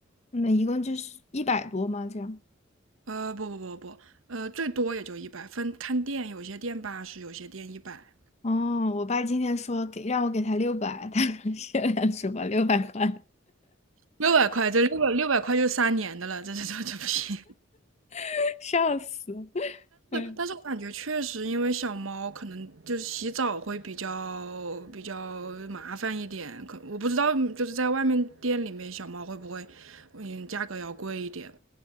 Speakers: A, on the left; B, on the right.
A: 那一共就是一百多吗？这样？
B: 呃，不不不不，呃，最多也就一百，分看店，有些店八十，有些店一百，
A: 哦，我爸今天说给让我给他六百，他说限量 <laughs> 是吧？六百块，
B: 六百块，这六百六百块就三年的了，这这这这不行。
A: <laughs> 笑死。<laughs>
B: 但是我感觉确实，因为小猫可能就是洗澡会比较比较麻烦一点，可我不知道，嗯就是在外面店里面小猫会不会，嗯，价格要贵一点。